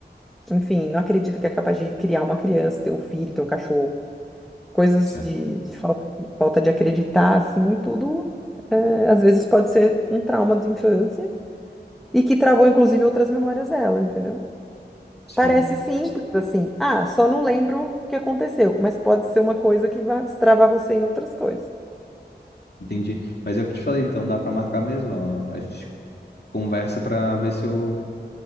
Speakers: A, in the centre; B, on the left (about 70°).
A: enfim, não acredita que é capaz de criar uma criança, ter um filho, ter um cachorro. Coisas
B: Certo.
A: de, de falta, falta de acreditar, assim, tudo é, às vezes pode ser um trauma de infância e que travou, inclusive, outras memórias dela, entendeu?
B: Sim.
A: Parece simples, assim. Ah, só não lembro o que aconteceu, mas pode ser uma coisa que vai destravar você em outras coisas.
B: Entendi. Mas é o que eu te falei, então dá pra marcar mesmo, ó. A gente conversa pra ver se eu,